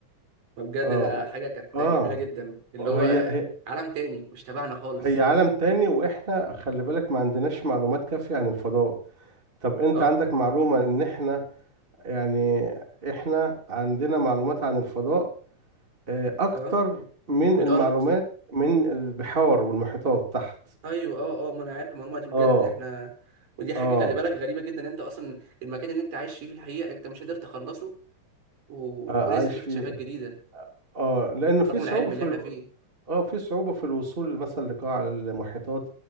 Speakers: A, on the right; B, on the right.
A: فبجد
B: اه
A: ده
B: و-
A: حاجة كانت
B: اه
A: جميلة جدا اللي هو
B: هي هي
A: عالم تاني مش تبعنا خالص
B: هي عالم تاني واحنا خلي بالك ما عندناش معلومات كافية عن الفضاء طب انت
A: اه
B: عندك معلومة ان احنا يعني احنا عندنا معلومات عن الفضاء آه، اكتر
A: اه
B: من
A: من
B: المعلومات
A: الأرض
B: من البحار والمحيطات تحت
A: أيوه اه اه ما أنا عارف المعلومة دي بجد
B: اه
A: احنا ودي حاجة
B: اه
A: خلي بالك غريبة جدا أنت أصلا المكان اللي أنت عايش فيه في الحقيقة أنت مش قادر تخلصه و...
B: آه،
A: ولسه
B: عايش
A: في
B: في
A: اكتشافات جديدة
B: اه لان في
A: رغم
B: صعوبة
A: العلم
B: في
A: اللي احنا
B: ال...
A: فيه
B: اه في صعوبة في الوصول مثلا لقاع المحيطات